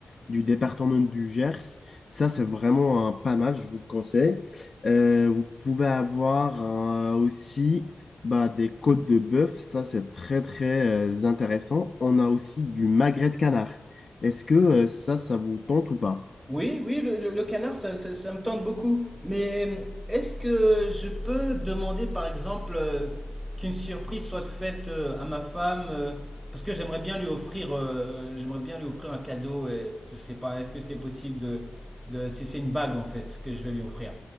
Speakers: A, on the left; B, on the right.
A: du département du Gers. Ça, c'est vraiment un pas mal, je vous le conseille. Euh, vous pouvez avoir euh, aussi bah, des côtes de bœuf. Ça, c'est très, très euh, intéressant. On a aussi du magret de canard. Est-ce que euh, ça, ça vous tente ou pas?
B: Oui, oui, le, le- le canard, ça, ça- ça me tente beaucoup. Mais hum, est-ce que je peux demander, par exemple, euh, qu'une surprise soit faite euh, à ma femme, euh, parce que j'aimerais bien lui offrir, euh, j'aimerais bien lui offrir un cadeau. Et je sais pas, est-ce que c'est possible de, de, c'est c'est une bague en fait que je vais lui offrir.